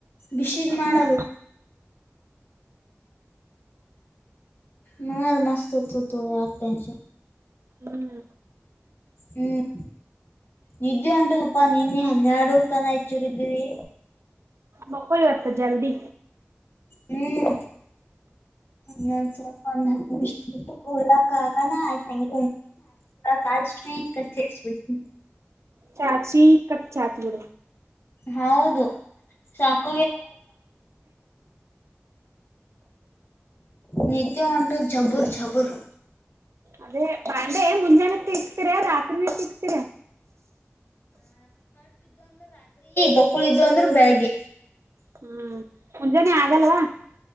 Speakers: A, on the left; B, on the right.
A: ಬಿಸಿದ ಮಾಡದು
B: ಹ್ಮ್
A: ನ ಮಸ್ತತು ಯಗ ಟೆನ್
B: ಹ್ಮ್
A: ಹ್ಮ್ ನಿಿದ್ದೆ ಉಂಟದಪ್ಪಾ ನೀನ್ನೇ ಹನ್ಯಾಡುೂರ್ ತಾನ ಆಚ್ಚೂರ ಇದ್ವಿ
B: ಮಕ್ಕ ಹೊತ್ತು ಜಲ್ದಿ
A: ಹ್ಮ್ ಹ ಸ ಪ ನಿಷ ಕ ಉಟ ಆಷ್ಟ ಕವ ಕಲ್ ಅಷ್ಟೇ ಕಷ್ಟಬ
B: ಚಾಚಿ ಕಟ್ಟ ಚಾಚಗಡ
A: ಹೌದು ಸಾಕಪ ನಿಜ ಉಂಟು ಜಬುರ್ ಜಬುರ್
B: ಅದೇ ಬಾಂಡೆ ಮುಂಜಾನೆ ಸಿಕ್ತೀರ ರಾತ್ರಿ ಸಿಕ್ತೀರ
A: ಬಕ್ಕುಳ ಇದು ಅಂದ್ರೆ ಬೆಳಿಗ್ಗೆ
B: ಹ್ಮ್ ಮುಂಜಾನೆ ಆಗಲ್ವಾ